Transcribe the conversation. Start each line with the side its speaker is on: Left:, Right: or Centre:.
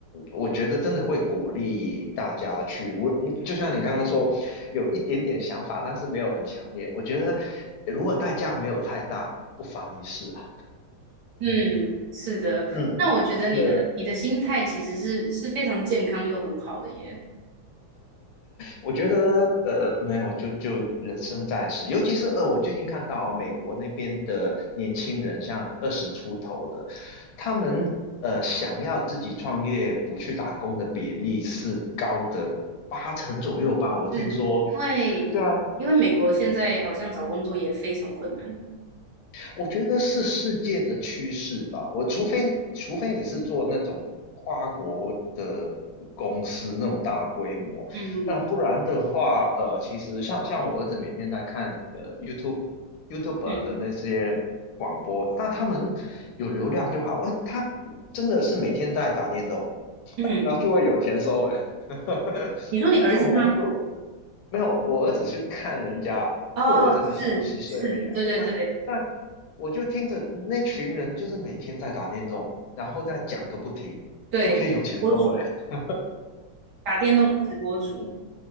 Left: 我觉得真的会鼓励大家去，我嗯就像你刚刚说，有一点点想法，但是没有很强烈。我觉得如果代价没有太大，不妨一试啊。
Right: 嗯，是的。
Left: 嗯，
Right: 那我觉得你的你的心态其实是是非常健康又很好的耶，
Left: 对，我觉得呃没有，就就人生在世，尤其是呃我最近看到美国那边的年轻人，像二十出头的，他们呃想要自己创业不去打工的比例是高的八成左右吧，我听说。
Right: 是因为因为美国现在好像找工作也非常困难。
Left: 对啊，我觉得是世界的趋势吧。我除非除非你是做那种跨国的公司那种大规模，
Right: 嗯
Left: 那不然的话，呃，其实像像我儿子每天在看呃 YouTube YouTube
Right: 嗯
Left: 的那些广播，那他们有流量就好。我他真的是每天在打电动，
Right: 嗯，
Left: 然后就会有钱收了。<laughs>
Right: 你说你儿子吗？
Left: 这种工作没有，我儿子去看人家，
Right: 哦，
Left: 因为我儿子很小，
Right: 是是，
Left: 十岁而已啊。
Right: 对对对
Left: 那那我就听着那群人就是每天在打电动，然后再讲个不停，
Right: 对，
Left: 就可以有钱收了。
Right: 博主
Left: <laughs>
Right: 打电动的直播主，